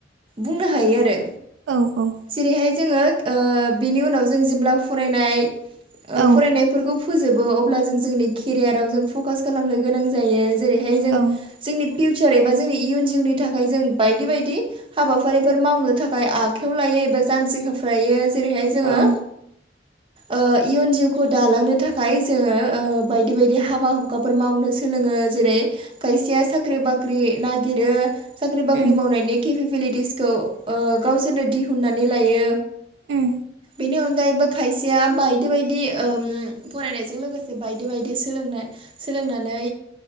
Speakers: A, on the right; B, on the right.
A: बुंनो हायो आरो
B: औ औ
A: जेरैहाय जोङो ओ बेनि उनाव जों जेब्ला फरायनाय ओ
B: औ
A: फरायनायफोरखौ फोजोबो अब्ला जों जोंनि केरियाराव जों फकास खालामनो गोनां जायो जेरैहाय जों
B: औ
A: जोंनि फिउचार एबा जोंनि इयुन जिउनि थाखाय जों बायदि बायदि हाबाफारिफोर मावनो थाखाय आखाइायाव लायो एबा जान्जि खाफ्रायो जेरैहाय जोङो
B: औ
A: ओ इयुन जिउखौ दालांनो थाखाय जोङो ओ बायदि बायदि बायदि हाबा हुखाफोर मावनो सोलोङो जेरै खायसेया साख्रि बाख्रि नागिरो साख्रि बाख्रि
B: उम
A: मावनायनि केपिबिलिटिसखौ ओ गावसोरनो दिहुननानै लायो
B: उम
A: बेनि अनगायैबो खायसेया बायदि बायदि‌ ओम फरायनायजों लोगोसे बायदि बायदि सोलोंनाय सोलोंनानै